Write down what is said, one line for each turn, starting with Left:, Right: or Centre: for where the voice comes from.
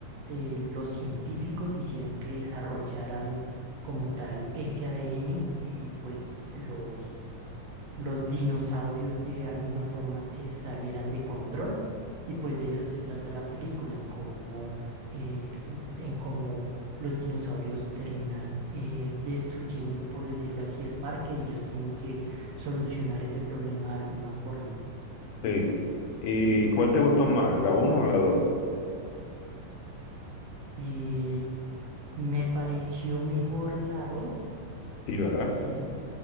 Right: de los científicos hicieron que desarrollaran como tal ese ADN y pues los los dinosaurios de alguna forma se salieran de control. Y pues de eso se trata la película, en cómo, eh, en cómo los dinosaurios terminan eh, destruyendo, por decirlo así, el parque y ellos tienen que solucionar ese problema de alguna forma.
Left: sí. ¿Y cuál te gustó más, la uno o la dos?
Right: Eh, me pareció mejor la dos
Left: Sí, ¿verdad?
Right: sí,